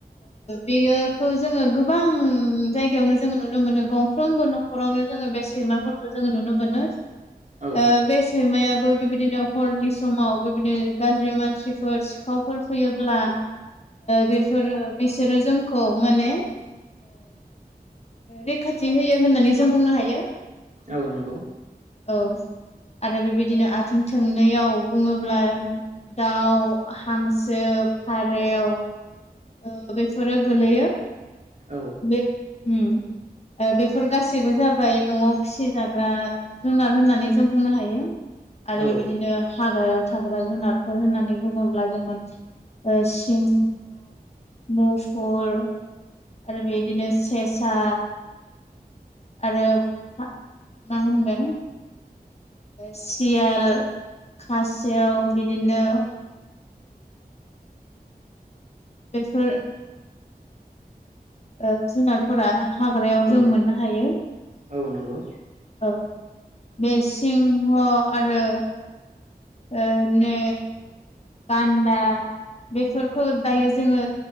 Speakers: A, on the left (about 40°); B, on the right (about 45°).
A: बेयोखौ जोङो गोबां जायगायावनो जोङो नुनो मोनो गंफ्रोमबो न'खराव आवनो जोङो बे सैमफोरखौ जोङो नुनो मोनो।
B: औ
A: ओ‌ बेस सैमायाबो बेबायदिनो हरनि समाव बेबायदिनो गाज्रि मानसिफोर सिखावफोर फैयोब्ला बेफोरो बिसोरो जोंखौ माने रैखाथि होयो होननानै जों बुंनो हायो।
B: औ नंगौ।
A: औ आरो बेबायदिनो आथिं थोंनैयाव बुङोब्ला दाउ हांसो फारेव ओ बेफोरो गोलैयो।
B: औ
A: बे उम बेफोर गासैबो जाबाय न'आव फिसिजाग्रा जुनार होननानै जों बुंनो हायो। आरो
B: औ
A: बेबायदिनो हाग्रायाव थाग्रा जुनारफोर होननानै बुङोब्ला जोङो सिंह मुफुर आरो बिदिनो सेसा आरो मा होनगोन। सियाल खासेयाव बिदिनो बेफोर ओ जुनारफोरा हाग्रायाव
B: औ
A: जों मोननो हायो।
B: औ नंगौ औ नंगौ
A: औ बे सिंह आरो ओ नो गान्दा बेफोरखौ दायो जोङो